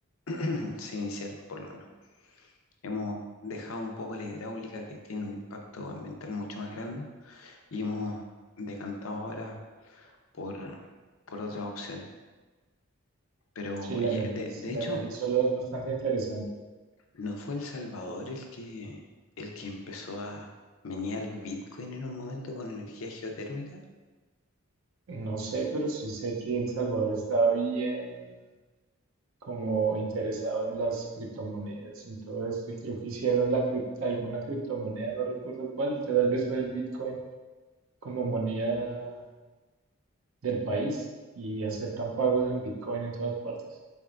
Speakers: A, on the left; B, on the right.
A: <clears throat> Se iniciaron, por lo menos. Hemos dejado un poco la hidráulica, que tiene un impacto ambiental mucho más grande, y hemos decantado ahora por, por otras opciones. Pero,
B: Sí, la
A: y
B: energía,
A: de,
B: es-
A: de
B: la
A: hecho,
B: energía solar es bastante interesante.
A: no fue El Salvador el que, el que empezó a menear Bitcoin en un momento con energía geotérmica.
B: No sé, pero sí sé que El Salvador está bien como interesado en las criptomonedas, en todo esto, y creo que hicieron la crip- alguna criptomoneda, no recuerdo cuál, tal vez fue el Bitcoin como moneda del país y aceptan pagos en Bitcoin en todas partes.